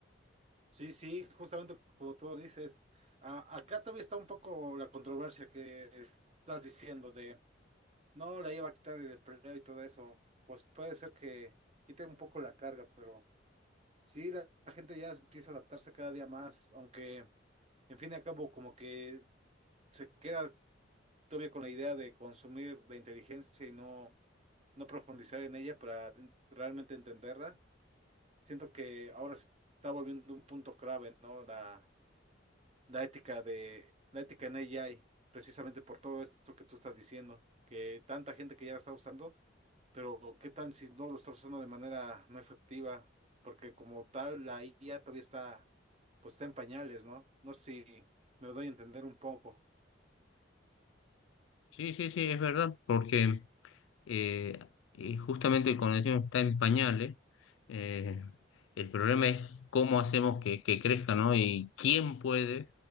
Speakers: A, on the right; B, on the left.
A: Sí, sí, justamente como tú dices. A- acá todavía está un poco la controversia que estás diciendo de No, la iba a quitar el empleo y todo eso. Pues puede ser que quite un poco la carga, pero sí, la, la gente ya empieza a adaptarse cada día más, aunque en fin y al cabo como que se queda todavía con la idea de consumir la inteligencia y no, no profundizar en ella para realmente entenderla. Siento que ahora se está volviendo un punto clave, ¿no? La, la ética de la ética en AI, precisamente por todo esto que tú estás diciendo, que tanta gente que ya la está usando, pero ¿qué tal si no lo está usando de manera no efectiva? Porque como tal la IA todavía está, pues está en pañales, ¿no? No sé si me lo doy a entender un poco.
B: Sí, sí, sí, es verdad, porque eh, eh, justamente cuando decimos está en pañales, eh, el problema es cómo hacemos que, que crezca, ¿no? Y quién puede